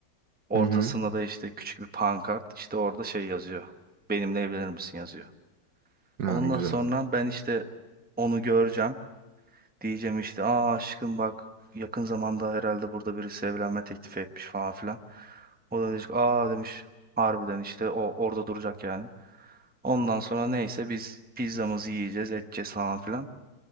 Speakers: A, in the centre; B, on the right.
A: Ortasında
B: Hı hı.
A: da işte küçük bir pankart. İşte orada şey yazıyor. Benimle evlenir misin yazıyor.
B: Ha,
A: Ondan
B: güzel.
A: sonra ben işte onu göreceğim. Diyeceğim işte aa aşkım bak yakın zamanda herhalde burada birisi evlenme teklifi etmiş falan filan. O da diyecek aa demiş harbiden işte o orada duracak yani. Ondan sonra neyse biz pizzamızı yiyeceğiz edeceğiz falan filan.